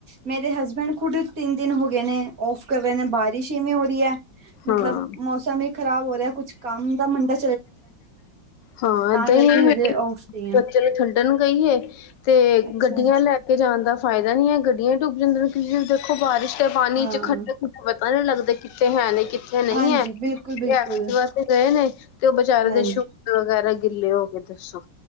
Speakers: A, on the right; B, on the left.
A: ਮੇਰੇ ਹਸਬੈਂਡ ਖੁੱਦ ਤਿੰਨ ਦਿਨ ਹੋ ਗਏ ਨੇ, ਔਫ ਕਰ ਰਹੇ ਨੇ, ਬਾਰਿਸ਼ ਈਵੇਂ ਹੋ ਰਹੀ ਹੈ। ਮਤਲਬ
B: ਹਾਂ।
A: ਮੌਸਮ ਹੀ ਖ਼ਰਾਬ ਹੋ ਰਿਹਾ, ਕੁੱਛ ਕੰਮ ਦਾ ਮੰਡੇ
B: ਹਾਂ ਏਦਾਂ
A: ਕਰਕੇ
B: ਹੀ ਹੈ
A: ਹਜੇ ਔਫ ਤੇ ਆ
B: ਬੱਚੇ ਨੂੰ ਛੱਡਣ ਗਈ ਏ, ਤੇ
A: ਅੱਛਾ
B: ਗੱਡੀਆਂ ਲੈ ਜਾਣ ਦਾ ਫਾਇਦਾ ਨੀ ਹੈ, ਗੱਡੀਆਂ ਡੁੱਬ ਜਾਂਦਿਆਂ। ਤੁਸੀਂ ਦੇਖੋ, ਬਾਰਿਸ਼ ਦੇ ਪਾਣੀ
A: ਹਾਂ
B: ਚ ਖੰਡੇ-ਖੁੰਡੇ ਪਤਾ ਨਹੀਂ ਲੱਗਦੇ, ਕਿੱਥੇ ਹੈ, ਕਿੱਥੇ ਨਹੀਂ
A: ਹਾਂਜੀ
B: ਹੈ।
A: ਬਿਲਕੁਲ, ਬਿਲਕੁਲ।
B: ਵਾਸਤੇ ਗਏ ਨੇ, ਤੇ ਉਹ ਵਿਚਾਰੇ
A: ਹਾਂਜੀ
B: ਦੇ ਸ਼ੂਜ ਵਗੈਰਾ ਗਿੱਲੇ ਹੋ ਗਏ ਦੱਸੋ।